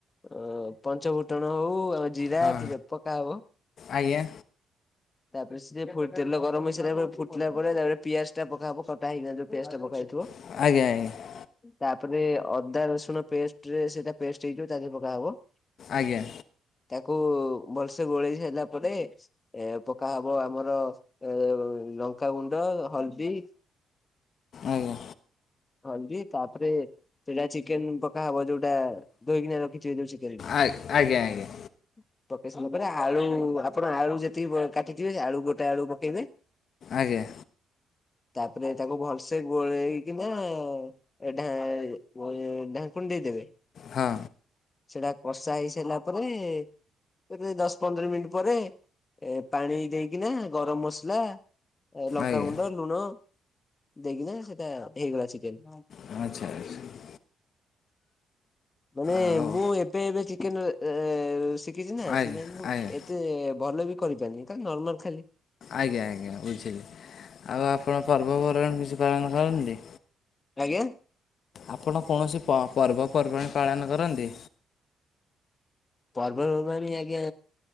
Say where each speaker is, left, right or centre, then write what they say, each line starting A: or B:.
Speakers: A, on the left (about 25°); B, on the left (about 60°).
A: ଅ ପଞ୍ଚ ଫୁଟଣ ହଉ ଆ ଜିରା
B: ହଁ
A: ପକାହବ
B: ଆଜ୍ଞା
A: ତାପରେ ସେ ଫୁ ତେଲ ଗରମ୍ ହେଇ <unintelligible> ଫୁଟିଲା ପରେ ତାପରେ ପିଆଜ ଟା ପକାହବ କଟା ହେଇକିନା ଯୋଉ ପିଆଜ ଟା ପକା ହେଇଥିବ।
B: ଆଜ୍ଞା-ଆଜ୍ଞା।
A: ତାପରେ ଅଦା ରସୁଣ ପେଷ୍ଟରେ ସେଟା ପେଷ୍ଟ ହେଇଯିବ ତାଦେରେ ପକାହବ।
B: ଆଜ୍ଞା।
A: ତାକୁ ଭଲସେ ଗୋଳେଇ ସାରିଲା ପରେ ଏ ପକା ହବ ଆମର ଏ ଲଙ୍କାଗୁଣ୍ଡ, ହଳଦୀ
B: ଆଜ୍ଞା।
A: ହଳଦୀ ତାପରେ ସେଇଟା ଚିକେନ୍ ପକା ହବ ଯୋଉଟା ଧୋଇକିନା ରଖିଥିବେ ଯୋଉ ଚି
B: ଆ ଆଜ୍ଞା-ଆଜ୍ଞା।
A: ହଁ ପକେଇ ସାରିଲା ପରେ ଆଳୁ ଆପଣ ଆଳୁ ଯେତିକି କାଟିଥିବେ ଆଳୁ ଗୋଟେ ଆଳୁ ପକେଇବେ।
B: ଆଜ୍ଞା।
A: ତାପରେ ତାକୁ ଭଲସେ ଗୋଳେଇକିନା <unintelligible> ଏଢା ଢାଙ୍କୁଣି ଦେଇଦେବେ।
B: ହଁ।
A: ସେଇଟା କଷା ହେଇ ସାରିଲା ପରେ ଏବେ ଏଇ ଦଶ ପନ୍ଦର ମିନିଟ୍ ପରେ ଏ ପାଣି ଦେଇକିନା ଗରମ୍ ମସଲା ଏ ଲଙ୍କାଗୁଣ୍ଡ
B: ଆଜ୍ଞା
A: ଲୁଣ ଦେଇକିନା ସେଟା ହେଇଗଲା ଚିକେନ୍।
B: <inaudible>
A: ମାନେ
B: ଆଉ
A: ମୁଁ ଏବେ-ଏବେ ଚିକେନ୍ ଶିଖିଛି ନା
B: ଆଜ୍ଞା
A: ସେ <unintelligible> ମୁଁ
B: ଆଜ୍ଞା
A: ଏତେ ଭଲ ବି କରିପାରିନି ଖାଲି ନର୍ମାଲ୍ ଖାଲି
B: ଆଜ୍ଞା-ଆଜ୍ଞା ବୁଝିଲି, ଆଉ ଆପଣ ପର୍ବପର୍ବାଣୀ କିଛି ପାଳନ କରନ୍ତି?
A: ଆଜ୍ଞା?
B: ଆପଣ କୌଣସି ପ ପର୍ବପର୍ବପର୍ବାଣି ପାଳନ କରନ୍ତି?
A: ପର୍ବପର୍ବାଣି ଆଜ୍ଞା